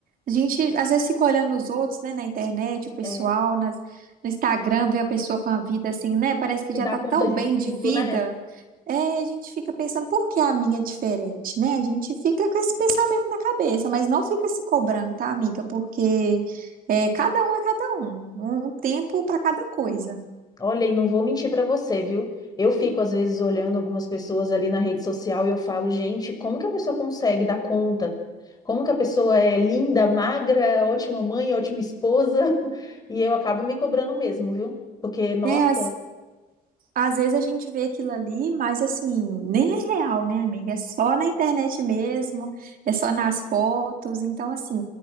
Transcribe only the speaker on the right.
A gente, às vezes, fica olhando os outros, né, na internet, o pessoal,
nas- no Instagram, vê a pessoa com a vida assim, né? Parece que
já
tá
tão
bem
de vida.
É, a gente fica pensando, por que a minha é diferente, né? A gente fica com esse pensamento na cabeça, mas não fica se cobrando, tá, amiga? Porque. É, cada um é cada um, um, um tempo para cada coisa.
É, às Às vezes a gente vê aquilo ali, mas assim, nem é real, né, amiga? É só na internet mesmo, é só nas fotos. Então, assim,